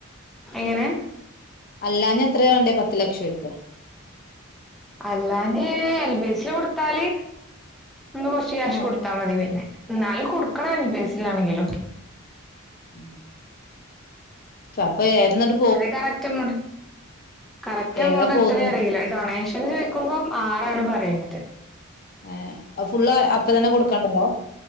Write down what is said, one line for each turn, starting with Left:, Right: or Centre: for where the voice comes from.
Centre: എങ്ങനെ
Left: അല്ലാഞ്ഞ എത്രയ വേണ്ടേ പത്ത് ലക്ഷൊക്ക
Centre: അല്ലാതെ എൽ ബി എസിൽ കൊടുത്താല് നിങള് കൊറച്ച് കാഷ്
Left: ആഹ്
Centre: കൊടുത്താ മതി പിന്നെ എന്നാലും കൊടുക്കണം എൽ ബി സില്ലാണെങ്കിലും
Left: ഉം ചപ്പൊ ഏരുന്നട്ട്
Centre: അത്ര കറക്റ്റ് എമൗണ്ട് കറക്റ്റ് എമൗണ്ട്
Left: ഏതാ പോകുന്ന
Centre: എത്രയ അറിയില്ല. ഡൊണേഷൻ ചോയിക്കുമ്പം ആറാണ് പറയുന്നത്.
Left: ഏഹ് അ ഫുള്ള് അപ്പ തന്നെ കൊടുക്കാണ്ടല്ലോ.